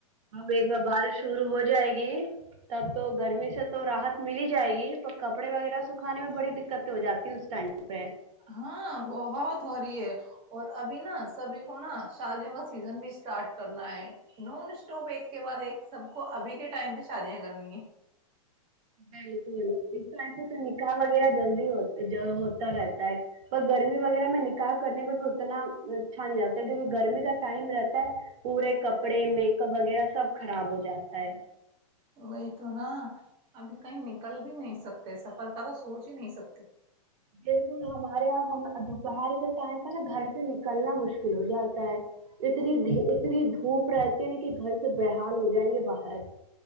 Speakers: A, on the right; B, on the right.
A: اب ایک بار بارش شروع ہو جائے گی تب تو گرمی سے تو رحت مل ہی جائے گی پر کپڑے وغیرہ سکھانے میں بڑی دقتیں ہو جاتی اس ٹائم پہ
B: ہاں بہت ہو رہی ہے اور ابھی نا سبھی کو نا شادیوں کا سیزن بھی اسٹارٹ کرنا ہے نان اسٹاپ ایک کے بعد ایک سب کو ابھی کے ٹائم پہ شادیاں کرنی ہے
A: بالکل اس ٹائم پہ تو نکاح وغیرہ جلدی ہوتا رہتا ہے پر گرمی وغیرہ میں نکاح کرنے میں بھی اتنا اچھا نہیں لگتا
B: ہے
A: کیونکہ گرمی کا ٹائم رہتا ہے پورے کپڑے میک اپ وغیرہ سب خراب ہو جاتا ہے
B: وہی تو نا ابھی کہیں نکل بھی نہیں سکتے سفر کا تو سوچ ہی نہیں سکتے
A: بالکل ہمارے یہاں ہم دوپہر کے ٹائم تھا نا گھر سے نکلنا مشکل ہو جاتا ہے اتنی اتنی دھوپ رہتی ہے نا کہ گھر سے بحال ہو جائیں گے باہر